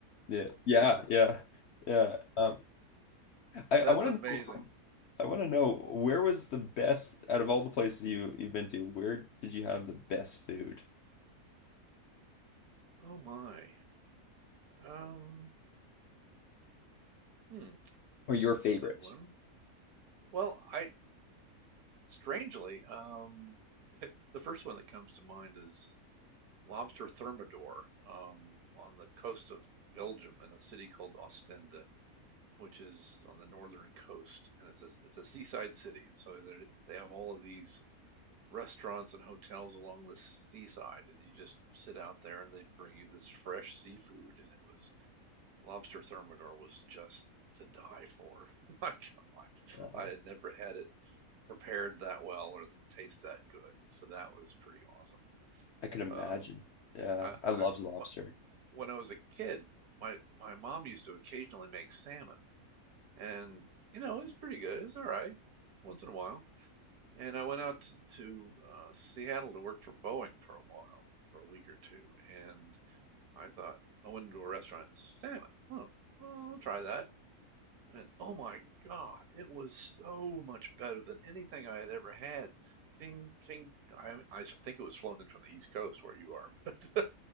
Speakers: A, on the left; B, on the right.
A: yeah, yeah, yeah, yeah. Um, I
B: That's
A: I want
B: amazing.
A: to know um, I want to know where was the best out of all the places you you've been to? Where did you have the best food
B: Oh my. Um, hmm,
A: or your
B: that's
A: favorite?
B: a good one. Well, I strangely, um, the first one that comes to mind is lobster thermidor um, on the coast of Belgium in a city called Ostende, which is on the northern coast, and it's a it's a seaside city, and so they they have all of these restaurants and hotels along the seaside, and you just sit out there, and they bring you this fresh seafood, and it was lobster thermidor was just to die for. <laughs> My God,
A: Oh,
B: I had never had it prepared that well or the taste that good, so that was pretty awesome.
A: I could imagine.
B: Um,
A: Yeah,
B: I,
A: I loved
B: I
A: lobster.
B: my, when I was a kid, my my mom used to occasionally make salmon, and you know, it was pretty good. It's all right once in a while. And I went out to, to uh, Seattle to work for Boeing for a while, for a week or two, and I thought I went into a restaurant, salmon. Huh, well, I'll try that. And it- oh my God, it was so much better than anything I had ever had. King, King, I, I think it was flown in from the East Coast where you are, <laughs> but